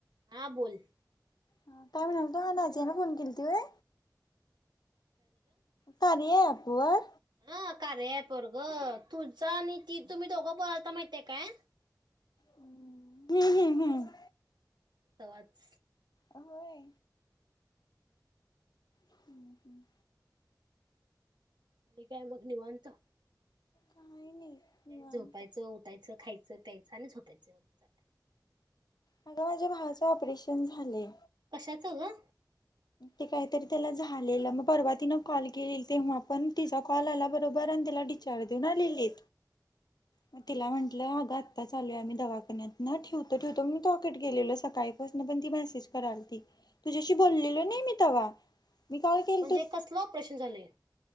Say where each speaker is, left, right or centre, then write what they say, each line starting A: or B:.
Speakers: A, on the right (about 80°); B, on the left (about 70°).
A: हा बोल.
B: हा काय म्हणाल तू नाझियान फोन केलती होय? कार्या ॲप व्हय
A: हं कार्या ॲपवर ग तुझं आणि ती तुम्ही दोघं बोलायता माहिताय काय?
B: हम्म हम्म हम्म.
A: तवाच.
B: होय हम्म, हम्.
A: आणि काय मग निवांत.
B: काही नाही. निवांत
A: काय झोपायचं उठाय खायं प्यायं आणि झोपायचं. तेवढेच आहे.
B: अग माझ्या भावाच ऑपरेशन झालंय.
A: कशाचं ग?
B: ते काहीतरी त्याला झालेलं मग परवा तिन कॉल केले, तेव्हा पण तिचा कॉल आला बरोबर त्याला डिचार्ज देऊन आलेले‌. मग तिला म्हटलं आता चालोय आम्ही दवाखान्यात ना ठेवतो ठेवतो <unintelligible> गेलेला सकाळी पण ती मेसेज करालती तुझ्याशी बोललेलो <unintelligible> मी कॉल केलतो
A: म्हणजे कसलं ऑपरेशन झालंय.